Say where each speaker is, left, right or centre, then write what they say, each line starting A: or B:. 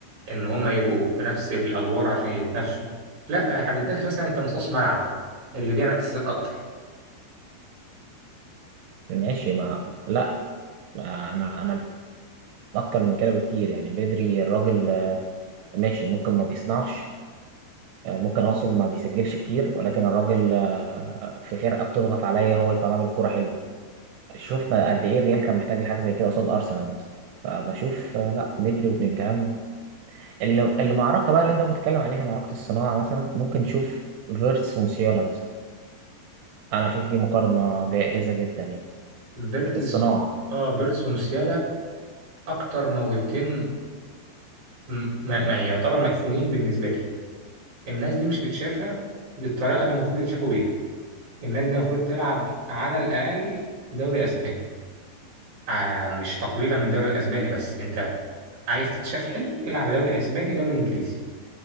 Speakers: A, on the right (about 35°); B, on the right (about 80°).
A: إن هم يبقوا في نفس الأدوار عشان يتنافسوا؟ لا إحنا بنتنافس مثلا كمصاص ملعب اللي بيعمل أسيستات أكتر
B: ماشي ما لا انا انا اكتر من كده بكتير يعني بدري الراجل آه، ماشي ممكن ما بيصنعش آه، ممكن اقصد ما بيسجلش كتير ولكن الراجل آه، في فرقه بتضغط عليا هو يطلعني بكوره حلوه شفنا قد ايه الريال كان محتاج لحاجه زي كده قصاد ارسنال مثلا فبشوف آه، لا بدري وبلينجهام اللي المعركه بقى اللي انت كنت بتتكلم عليها معركه الصناعه مثلا ممكن نشوف فيرتس وموسيالا مثلا انا اشوف دي مقارنه جائزه جدا يعني
A: فيرتز
B: في الصناعه
A: آه فيرتز وموسيالا أكتر موهبتين م- ما ما يعتبر مدفونين بالنسبة لي الناس دي مش متشافة بالطريقة اللي المفروض يتشافوا بيها الناس دي المفروض تلعب على الأقل دوري أسباني آه مش تقليلا من الدوري الأسباني بس أنت عايز تتشاف حلو العب دوري اسباني دوري انجليزي